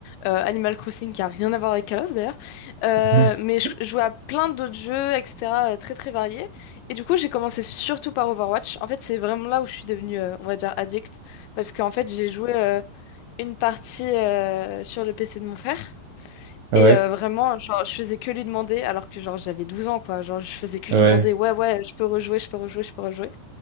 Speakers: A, on the left; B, on the right.
A: euh, Animal Crossing, qui a rien à voir avec Call of d'ailleurs. Euh,
B: <laughs>
A: mais je je jouais à plein d'autres jeux, etc., euh, très très variés. Et du coup, j'ai commencé surtout par Overwatch. En fait, c'est vraiment là où je suis devenue, euh, on va dire, addict. Parce qu'en fait, j'ai joué euh, une partie euh, sur le PC de mon frère.
B: Ouais.
A: Et
B: Ouais.
A: euh, vraiment, genre, je faisais que lui demander, alors que genre j'avais 12 ans, quoi. Genre, je faisais que
B: Ouais.
A: lui demander, ouais, ouais, je peux rejouer, je peux rejouer, je peux rejouer.